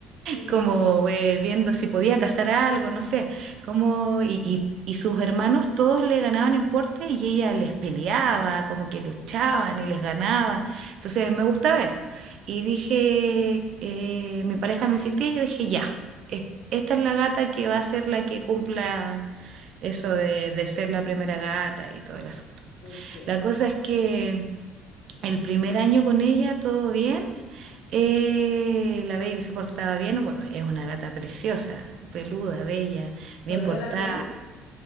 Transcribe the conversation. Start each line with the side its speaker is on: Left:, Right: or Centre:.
Left: sí,
Right: como eh, viendo si podía cazar algo, no sé, como, y, y, y sus hermanos todos le ganaban en porte y ella les peleaba, como que luchaban y les ganaba. Entonces me gustaba eso. Y dije, eh, mi pareja me insistía y yo dije, ya, es- esta es la gata que va a ser la que cumpla eso de, de ser la primera gata y todo el asunto.
Left: ok.
Right: La cosa es que el primer año con ella todo bien. eh, la baby se portaba bien. Bueno, es una gata preciosa, peluda, bella, bien
Left: ¿Todavía
Right: portada.
Left: la tienes?